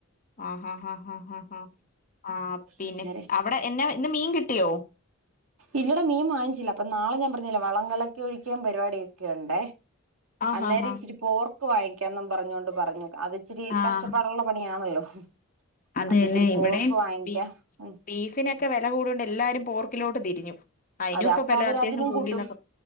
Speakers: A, on the left (about 35°); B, on the right (about 80°).
A: ആഹ് ഹ ഹ ഹ ഹ ഹ ആഹ് പിന്നെ
B: അന്നേരെ
A: അവിടെ എനാ ഇന്ന് മീൻ കിട്ടിയോ?
B: ഇല്ലടാ മീൻ വാങ്ങിച്ചില്ല അപ്പ നാളെ ഞാൻ ട്ടുന്നില്ല വളം കലക്കി ഒഴിക്കലും പരിപാടിഒക്കെ ഉണ്ടേ
A: ആഹാ
B: അന്നേരം
A: ഹാ
B: ഇച്ചിരി പോർക്ക് വാങ്ങി ക്കാന്നും പറഞ്ഞൊണ്ട് പറഞ്ഞു അത് ഇച്ചിരി
A: ആഹ്
B: കഷ്ടപ്പാടുള്ള പണിയാണല്ലോ?
A: അത്
B: അപ്പൊ
A: തന്നെ
B: ഇത്തിരി
A: ഇവിടേം
B: പോർക്ക് വാങ്ങിക്കാം
A: ബി
B: ഉം
A: ബീഫിനൊക്കെ വില കൂഡ്യോണ്ട് എല്ലാരും പോർക്കിലോട്ട് തിരിഞ്ഞു. അയ്നും
B: അതെ
A: ഇപ്പൊ
B: അപ്പൊ
A: വെല
B: അവര്
A: അത്യാവഷ്യം
B: അതിനും
A: കൂടീന്നൊക്കെ
B: കൂട്ടും